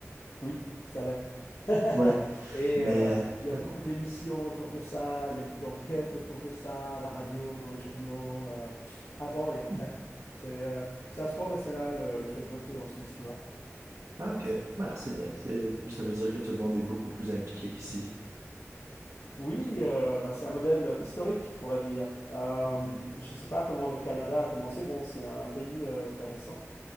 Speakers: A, on the left (about 65°); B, on the right (about 75°).
A: Oui, ça l'est. <laughs>
B: Ouais.
A: Et
B: Mais
A: euh, il y
B: mais
A: a beaucoup
B: bon.
A: d'émissions autour de ça, il y a beaucoup d'enquêtes autour de ça, à la radio, dans les journaux, euh, avant et après.
B: Hmm.
A: C'est euh, c'est un sport national, euh, le fait de voter en Suisse, tu vois.
B: Ah, ok. Bah c'est bien. C'est ça veut dire que tout le monde est beaucoup plus impliqué qu'ici.
A: Oui, euh, bah, c'est un modèle historique, on va dire. Euh,
B: Mhm.
A: je ne sais pas comment le Canada a commencé. Bon, c'est un, pays euh, très récent.